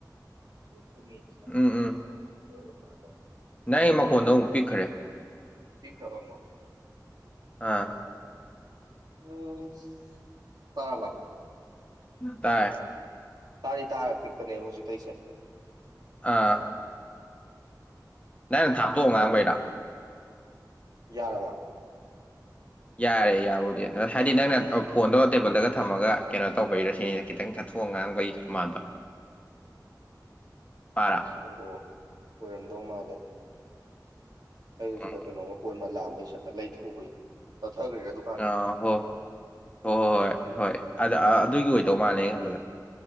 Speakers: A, on the right; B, on the left.
A: ꯀꯃꯤꯦ
B: ꯎꯝ ꯎꯝ
A: ꯑꯦꯣ ꯄꯥꯇ
B: ꯅꯪ ꯑꯩꯒꯤ ꯃꯈꯣꯟꯗꯣ ꯑꯃꯨꯛ ꯄꯤꯛꯈ꯭ꯔꯦ
A: ꯏ ꯈꯕ ꯃꯣ
B: ꯎꯝ
A: ꯎꯝ ꯇꯔꯕ
B: ꯇꯥꯏ
A: ꯇꯥꯔꯤ ꯇꯥꯔꯒ ꯄꯤꯛꯄꯅꯦꯕ ꯍꯧꯖꯤꯛꯇꯩ ꯑꯩꯁꯦ
B: ꯑꯥ ꯅꯪꯩꯅ ꯊꯥꯞꯇꯣꯛꯑꯣ ꯉꯥꯡꯕꯩꯔ
A: ꯌꯥꯔꯕ
B: ꯌꯥꯔꯦ ꯌꯥꯕꯨꯗꯤ ꯍꯥꯏꯗꯤ ꯅꯪꯅ ꯐꯣꯟꯗꯣ ꯇꯦꯕꯜꯗꯒ ꯊꯝꯃꯒ ꯀꯩꯅꯣ ꯇꯧꯕꯩꯔ ꯁꯤꯅꯤ ꯈꯤꯇꯪ ꯆꯠꯊꯣꯛ ꯐꯣꯡ ꯉꯥꯡꯕꯩꯃꯥꯗ
A: <inaudible>
B: ꯑꯔꯥ
A: ꯑꯣ ꯑꯣꯏꯔꯝꯗꯧ ꯃꯥꯜꯂꯦ ꯑꯩꯗꯨ
B: ꯎꯝ
A: ꯁꯤꯗ ꯀꯩꯅꯣꯝꯃ ꯄꯣꯠ ꯑꯃ ꯂꯥꯝꯕꯩ ꯁꯠꯇꯛ ꯂꯩ ꯊꯨꯕꯩꯅꯤ ꯇꯠꯊꯈ꯭ꯔꯦ ꯑꯗꯨ
B: ꯑꯥ ꯍꯣꯏ ꯍꯣꯏ ꯍꯣꯏ ꯍꯣꯏ ꯍꯣꯏ ꯑꯗ ꯑꯗꯨꯒꯤ ꯑꯣꯏꯗꯧ ꯃꯥꯜꯂꯦ ꯈꯟꯕꯗ